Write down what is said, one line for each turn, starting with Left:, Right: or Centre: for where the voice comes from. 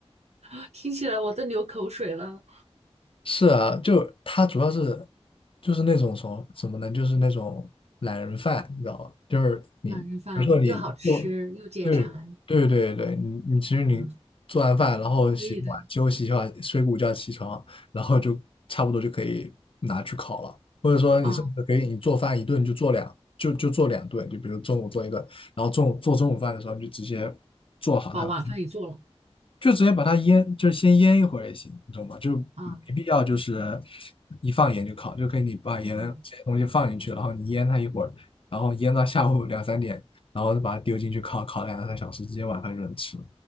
Right: <laughs> 听起来我都流口水了。
Left: 是啊，就他主要是就是那种什么怎么呢？就是那种懒人饭，你知道吧？就是你比如说你做，
Right: 懒人饭又好吃又解馋，
Left: 对对对对，你你其实你做完饭，
Right: 嗯，
Left: 然后洗个碗休息一下，
Right: 可以的
Left: 睡个午觉起床，然后就差不多就可以拿去烤了，或者说你甚至可以你做饭一顿就做两就就做两顿，
Right: 啊，
Left: 就比如中午做一顿，然后中午做中午饭的时候你就直接做好它。
Right: 把晚饭也做了
Left: 就直接把它腌，就是先腌一会儿也行，你懂吗？就没必要就是
Right: 啊，
Left: 一放盐就烤，就可以你把盐这些东西放进去，
Right: 嗯，
Left: 然后你腌它一会儿，然后腌到下午两三点，然后再把它丢进去烤，烤两三小时，直接晚饭就能吃。